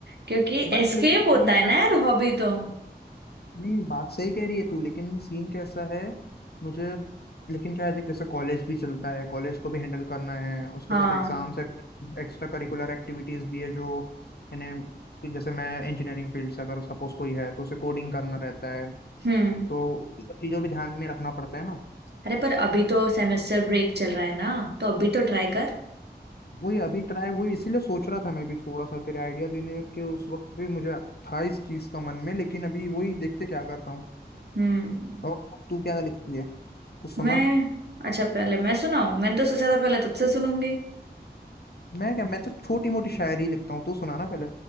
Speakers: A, on the right; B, on the left.
A: क्योंकि
B: बट
A: एस्केप
B: लेकिन
A: होता है ना यार हॉबी तो
B: नहीं बात सही कह रही है तू लेकिन सीन कैसा है मुझे लेकिन क्या है देख जैसे कॉलेज भी चलता है कॉलेज को भी हैंडल करना है उसके
A: हाँ
B: साथ एग्जाम्स है एक्स्ट्रा करिकुलर एक्टिविटीज भी है जो यानी कि जैसे मैं इंजीनियरिंग फील्ड से अगर सपोज कोई है तो उसे कोडिंग करना रहता है
A: हम्म
B: तो ये सब चीज़ों भी ध्यान में रखना पड़ता है ना
A: अरे पर अभी तो सेमेस्टर ब्रेक चल रहा है ना तो अभी तो ट्राई कर
B: वही अभी ट्राई वही इसीलिए सोच रहा था मैं भी थोड़ा सा तेरे आइडिया देने के उस वक्त भी मुझे था इस चीज़ का मन में लेकिन अभी वही देखते क्या करता हूँ
A: हम्म
B: और तू क्या लिखती है कुछ सुना
A: मैं अच्छा पहले मैं सुनाऊं मैंने तो सोचा था पहले तुझसे सुनूंगी
B: मैं क्या मैं तो छोटी मोटी शायरी लिखता हूँ तू सुना ना पहले